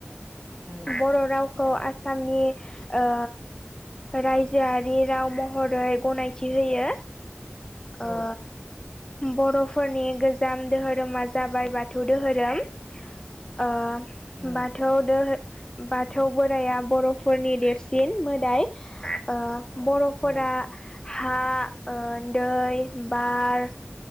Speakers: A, on the right (about 15°); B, on the left (about 20°).
A: उम
B: बर' राव। खौ आसामनि ओ। रायजोआरि राव महरै गनायथि होयो
A: औ
B: ओ। बर'फोरनि गोजाम दोहोरोमा जाबाय बाथौ दोहोरोम। ओ
A: उम
B: बाथौ दोहो। बाथौ बोराइया बर'फोरनि देरसिन मोदाय ओ। बर'फोरा
A: उम
B: हा ओ दै बार।